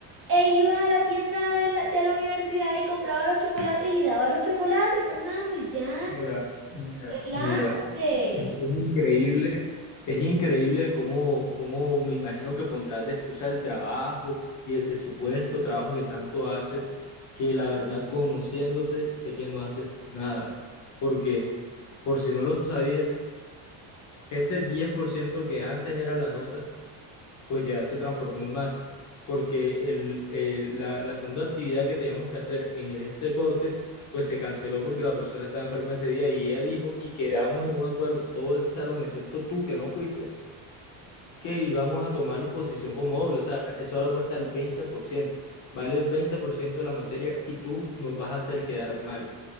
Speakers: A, on the right; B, on the left.
A: e iba a la tienda de la, de la universidad y compraba los chocolates y daba los chocolates, Fernando, y ya,
B: Mira, mira,
A: relájate.
B: mira. Es que es increíble, es increíble cómo, cómo me imagino que pondrás de excusa el trabajo y el supuesto trabajo que tanto haces, que la verdad conociéndote sé que no haces nada, porque por si no lo sabías, ese 10% que antes era la nota pues ya se transformó en más, porque el, el- la, la segunda actividad que teníamos que hacer en este corte, pues se canceló porque la profesora estaba enferma ese día y ella dijo, y quedamos en un acuerdo todo el salón, excepto tú que no fuiste, que íbamos a tomar la exposición como doble, o sea, eso ahora cuesta el 20% vale el 20% de la materia y tú nos vas a hacer quedar mal.